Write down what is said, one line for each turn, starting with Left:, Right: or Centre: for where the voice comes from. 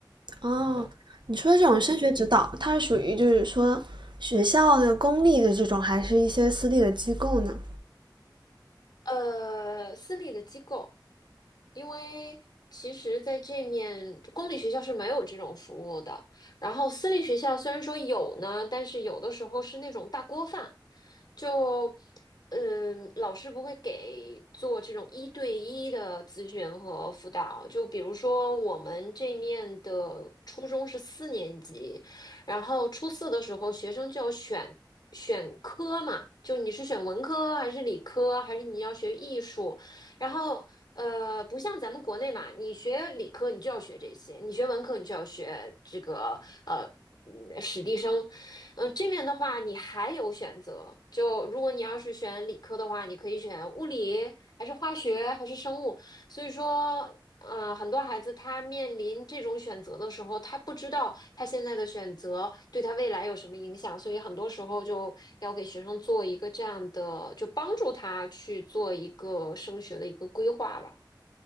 Right: 哦，
Left: 就，
Right: 你说的这种升学指导，
Left: 嗯嗯。
Right: 它是属于就是说学校的公立的这种，还是一些私立的机构呢？
Left: 呃，私立的机构，因为其实在这面公立学校是没有这种服务的。然后私立学校虽然说有呢，但是有的时候是那种大锅饭，就嗯，呃老师不会给做这种一对一的咨询和辅导。就比如说我们这面的初中是四年级，然后初四的时候，学生就要选选科嘛，就你是选文科还是理科，还是你要学艺术？然后呃，不像咱们国内嘛，你学理科你就要学这些，你学文科你就要学这个呃嗯史地生。嗯、这面的话你还有选择，就如果你要是选理科的话，你可以选物理，还是化学，还是生物。所以说，嗯，很多孩子他面临这种选择的时候，他不知道他现在的选择对他未来有什么影响，所以很多时候就要给学生做一个这样的，就帮助他去做一个升学的一个规划吧。